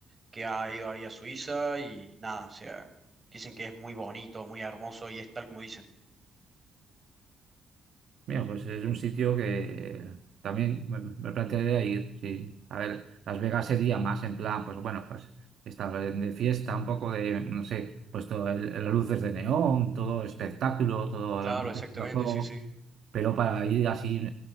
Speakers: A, on the right; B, on the right.
A: que ha ido ahí a Suiza y nada, o sea, dicen que es muy bonito, muy hermoso y es tal como dicen.
B: Mira, pues es un sitio que también me, me plantearía ir, sí. A ver, Las Vegas sería más en plan, pues bueno, pues estar de de fiesta, un poco de, no sé, pues todo el, las luces de neón, todo espectáculo, todo
A: Claro,
B: el
A: exactamente,
B: juego.
A: sí, sí.
B: Pero para ir así